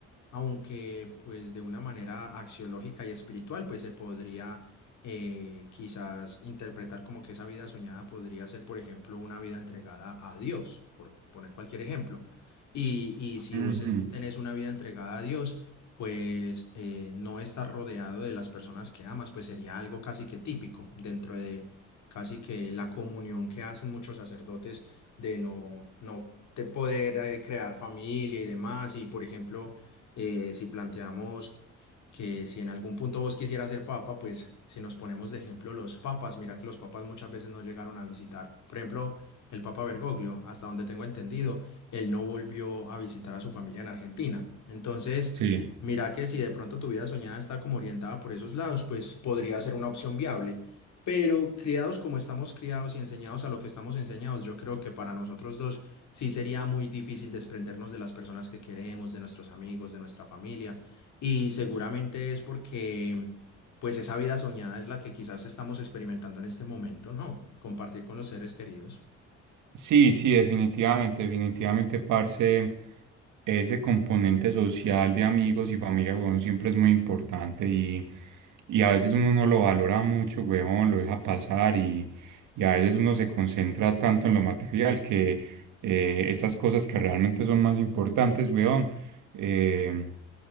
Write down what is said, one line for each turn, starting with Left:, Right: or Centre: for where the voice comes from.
Left: aunque pues de una manera axiológica y espiritual, pues se podría eh, quizás interpretar como que esa vida soñada podría ser, por ejemplo, una vida entregada a Dios, por poner cualquier ejemplo. Y, y si
Right: Ujú.
Left: vos es- tenés una vida entregada a Dios, pues eh, no estar rodeado de las personas que amas, pues sería algo casi que típico dentro de casi que la comunión que hacen muchos sacerdotes de no, no te poder eh, crear familia y demás. Y por ejemplo, eh, si planteamos que si en algún punto vos quisieras ser papa, pues si nos ponemos de ejemplo los papas, mira que los papas muchas veces no llegaron a visitar. Por ejemplo, el papa Bergoglio, hasta donde tengo entendido, él no volvió a visitar a su familia en Argentina. Entonces,
Right: Sí.
Left: mira que si de pronto tu vida soñada está como orientada por esos lados, pues podría ser una opción viable. Pero criados como estamos criados y enseñados a lo que estamos enseñados, yo creo que para nosotros dos sí sería muy difícil desprendernos de las personas que queremos, de nuestros amigos, de nuestra familia. Y seguramente es porque, pues, esa vida soñada es la que quizás estamos experimentando en este momento, ¿no? Compartir con los seres queridos.
Right: Sí, sí, definitivamente, definitivamente, parce. ese componente social de amigos y familia, weón, siempre es muy importante y, y a veces uno no lo valora mucho, weón, lo deja pasar y, y a veces uno se concentra tanto en lo material que eh, esas cosas que realmente son más importantes, weón, eh,